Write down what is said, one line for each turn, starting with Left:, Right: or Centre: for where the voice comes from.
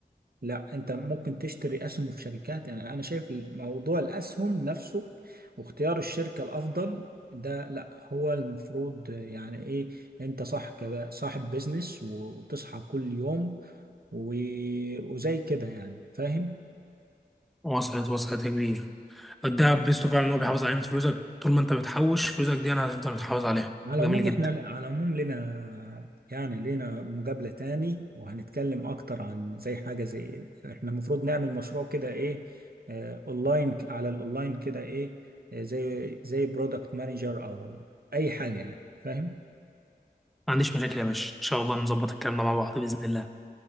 Right: لا انت ممكن تشتري اسهم في شركات يعني انا شايف موضوع الاسهم نفسه واختيار الشركة الافضل ده لا هو المفروض يعني ايه انت صح كده صاحب بيزنس وتصحى كل يوم و- وزي كده يعني فاهم
Centre: وصلت وصلت يا كبير الدهب ميزته فعلا ان هو بيحافظ على قيمه فلوسك طول ما انت بتحوش فلوسك دي انا هتفضل متحافظ عليها
Right: على
Centre: جميل
Right: العموم
Centre: جدا
Right: احنا على العموم لنا يعني لنا مقابلة تاني وهنتكلم اكتر عن زي حاجة زي احنا المفروض نعمل مشروع كده ايه اه اونلاين ك- على الاونلاين كده ايه آه، زي زي برودكت مانجر او اي حاجة يعني فاهم
Centre: ما عنديش مشاكل يا باشا ان شاء الله نظبط الكلام ده مع بعض باذن الله